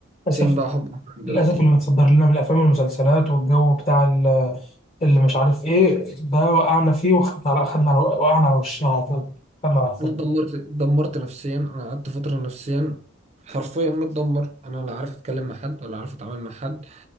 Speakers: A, on the left (about 30°); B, on the right (about 30°).
A: للاسف
B: فين بقى حب عمرك دلوقتي
A: للأسف اللي متصدر لنا من الأفلام والمسلسلات والجو بتاع ال- اللي مش عارف إيه ده وقعنا فيه وخدنا على خدنا على وقعنا على وشنا على طول خدنا على طول
B: اتدمرت اتدمرت نفسيا انا قعدت فترة نفسيا حرفيا متدمر انا لا عارف اتكلم مع حد ولا عارف اتعامل مع حد